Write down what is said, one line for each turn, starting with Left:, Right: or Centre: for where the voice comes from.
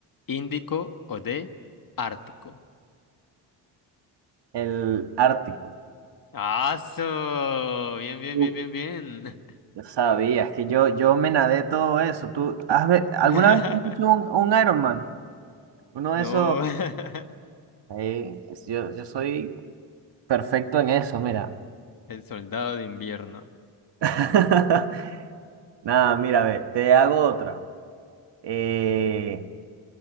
Left: Índico o D, Ártico.
Right: El Ártico.
Left: ¡Aso! Bien, bien,
Right: Uh,
Left: bien, bien, bien.
Right: Yo sabía, es que yo, yo me nadé todo eso. ¿Tú has ve- alguna
Left: <laughs>
Right: vez te has hecho un, un Ironman? Uno
Left: No,
Right: de esos.
Left: <laughs>
Right: Eh, es- yo, yo soy perfecto en eso, mira.
Left: el soldado de invierno.
Right: <laughs> Nada, mira, a ver, te hago otra. Eh,